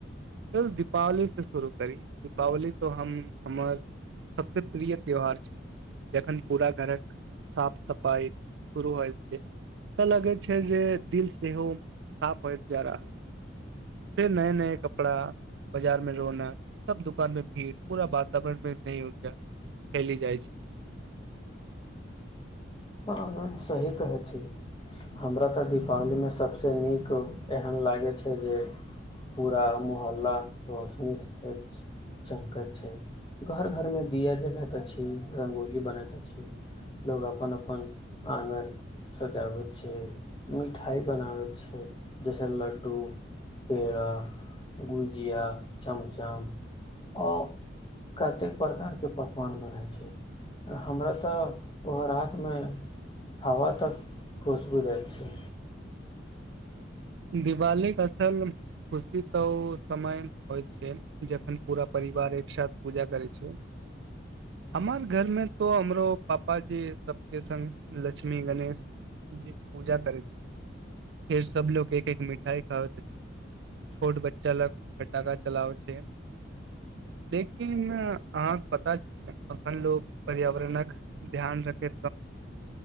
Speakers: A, on the right; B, on the left.
A: चलू दीपावलीसँ शुरू करी दीपावली तऽ हम हमर सभसँ प्रिय त्यौहार छै जखन पूरा घरक साफ सफाइ शुरू होइत छै तऽ लगै छै जे दिल सेहो साफ होइत जा रहल छै फेर नये नये कपड़ा बाजार मे रोनक सब दुकान मे भीड़ पूरा वातावरण मे नई ऊर्जा फैली जाइ छै
B: हँ हँ सही कहैत छी हमरा तऽ दीपावलीमे सभसँ नीक एहन लागैत छै जे पूरा मोहल्ला रोशनी छै चमकैत छै घर घरमे दिया जलैते अछि रङ्गोली बनैत अछि लोग अपन अपन अपन आँगन सजाबैत छै मिठाइ बनाबैत छै जैसे लड्डू पेड़ा गुजिया चमचम आओ कतेक प्रकारके पकवान बनै छै हमरा तऽ ओ राति मे हवा त खुश बुझाए छै
A: दिवाली के असल खुशी तऽ समय होइत छै जखन पूरा परिवार एक साथ पूजा करै छै हमर घर मे तो हमरो पापा जी सबके संग लक्ष्मी गणेश जी पूजा करै छै फेर सब लोक एक एक मिठाई खाबैत अछि छोट बच्चा लग पटाखा चलाबै छै लेकिन अहाँके पता छै अखन लोग पर्यावरणक ध्यान रखै